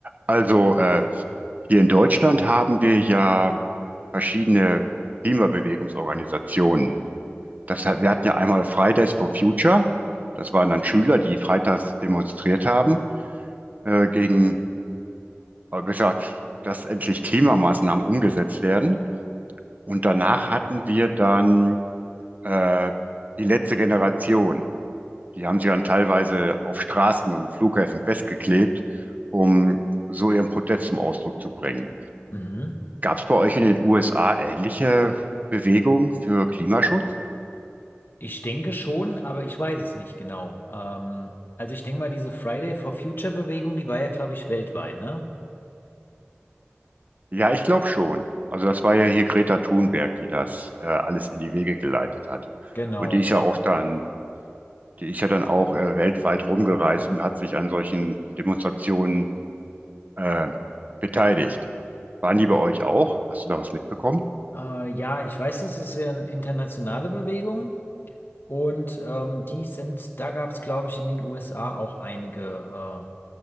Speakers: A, on the right (about 40°); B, on the left (about 55°).
A: Also äh, hier in Deutschland haben wir ja verschiedene Klimabewegungsorganisationen. Das hat, wir hatten ja einmal Fridays for Future. Das waren dann Schüler, die freitags demonstriert haben, äh, gegen, äh, besser gesagt, dass endlich Klimamaßnahmen umgesetzt werden. Und danach hatten wir dann äh, die letzte Generation. Die haben sich dann teilweise auf Straßen und Flughäfen festgeklebt, um so ihren Protest zum Ausdruck zu bringen.
B: Mhm.
A: Gab es bei euch in den USA ähnliche Bewegungen für Klimaschutz?
B: Ich denke schon, aber ich weiß es nicht genau. Ähm, also ich denke mal, diese Friday for Future Bewegung, die war ja, glaube ich, weltweit, ne?
A: Ja, ich glaube schon. Also das war ja hier Greta Thunberg, die das äh, alles in die Wege geleitet hat.
B: Genau.
A: Und die ist ja auch dann, die ist ja dann auch äh, weltweit rumgereist und hat sich an solchen Demonstrationen äh, beteiligt. Waren die bei euch auch? Hast du da was mitbekommen?
B: Äh, ja, ich weiß, das ist ja eine internationale Bewegung und ähm, die sind, da gab es, glaube ich, in den USA auch einige